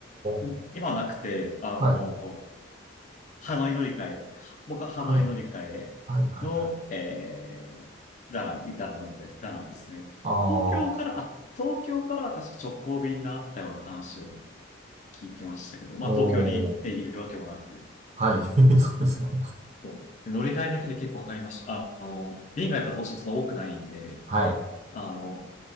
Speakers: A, on the left; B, on the right.
A: む今はなくて、
B: ー、
A: あの、
B: はい、
A: ハノイ乗り換え、は僕はハノイ乗り換えの、
B: はい、はい、はい。
A: えー、ダナン、ダナン乗り換え、ダナンですね。
B: あ
A: 東京から、
B: ー、
A: あ、東京から確か直行便があったような話を聞きましたけど、まあ東京に行っているわけもなく、
B: おー、はい、<laughs> そうですね。
A: そうで乗り換えだけで結構わかりました。あの、便がやっぱどうしてもそんな多くないんで、
B: はい、
A: あの、